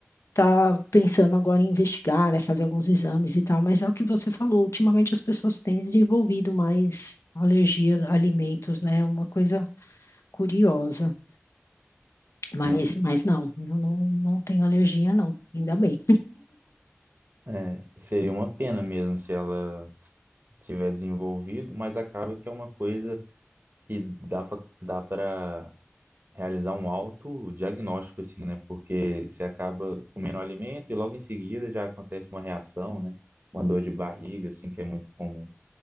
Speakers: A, on the left (about 80°); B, on the right (about 45°).
A: tá pensando agora em investigar, né, fazer alguns exames e tal, mas é o que você falou, ultimamente as pessoas têm desenvolvido mais alergia a alimentos, né? É Uma coisa curiosa. Mas,
B: Não.
A: mas não, eu não, não tenho alergia, não, ainda bem.
B: É, seria uma pena mesmo se ela tiver desenvolvido, mas acaba que é uma coisa que dá para dá para realizar um autodiagnóstico, assim, né? Porque você acaba comendo um alimento e logo em seguida já acontece uma reação, né? Uma dor de barriga, assim, que é muito comum.